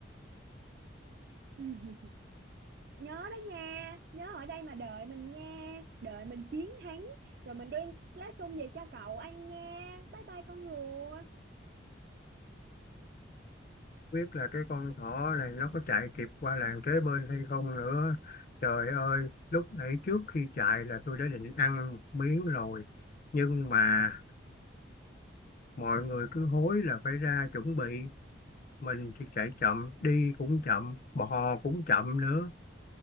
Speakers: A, on the right; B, on the left.
A: <laughs> Nhớ đó nha Nhớ ở đây mà đợi mình nha Đợi mình chiến thắng Rồi mình đem lá sung về cho cậu ăn nha Bye bye con rùa
B: Biết là cái con thỏ này nó có chạy kịp qua làng kế bên hay không nữa. Trời ơi, lúc nãy trước khi chạy là tôi đã định ăn một miếng rồi. Nhưng mà mọi người cứ hối là phải ra chuẩn bị. Mình thì chạy chậm, đi cũng chậm, bò cũng chậm nữa.